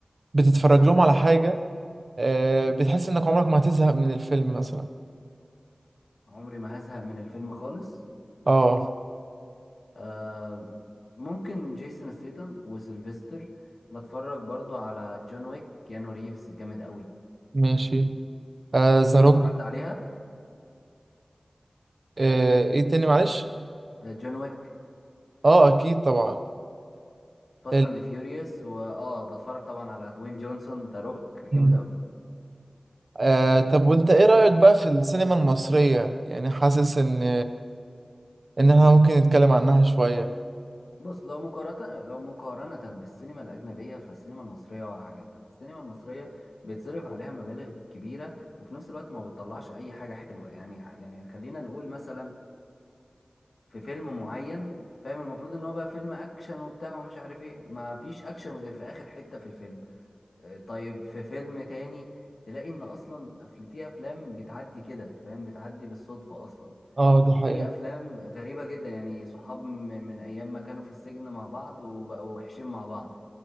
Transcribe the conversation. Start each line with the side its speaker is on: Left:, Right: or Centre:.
Right: بتتفرج لهم على حاجة آه، بتحس انك عمرك ما هتزهق من الفيلم مثلا
Left: عمري ما هزهق من الفيلم خالص
Right: اه
Left: آه ممكن جيسون ستيتم وسيلفستر بتفرج برضو على جون ويك كيانو ريفز جامد قوي
Right: ماشي ذا روك
Left: اتفرجت عليها
Right: ايه تاني معلش
Left: آه، جون ويك
Right: اه اكيد طبعا
Left: فاست
Right: ال...
Left: اند فيوريوس واه بتفرج طبعا على دوين جونسون ذا روك جامد
Right: مم.
Left: قوي
Right: آه طب وانت ايه رأيك بقى في السينما المصرية يعني حاسس ان ان احنا ممكن نتكلم عنها شوية
Left: بص لو مقارنة لو مقارنة بالسينما الأجنبية فالسينما المصرية واقعة جدا السينما المصرية بيتصرف عليها مبالغ كبيرة وفي نفس الوقت ما بتطلعش أي حاجة حلوة يعني يعني خلينا نقول مثلا في فيلم معين فاهم المفروض ان هو بقى فيلم اكشن وبتاع ومش عارف ايه ما فيش اكشن غير في اخر حتة في الفيلم آه، طيب في فيلم تاني تلاقي ان اصلا أفل- في افلام بتعدي كده فاهم بتعدي بالصدفة اصلا
Right: اه دي
Left: وفي
Right: حقيقة
Left: افلام غريبة جدا يعني صحاب م- من ايام ما كانوا في السجن مع بعض وبقوا وحشين مع بعض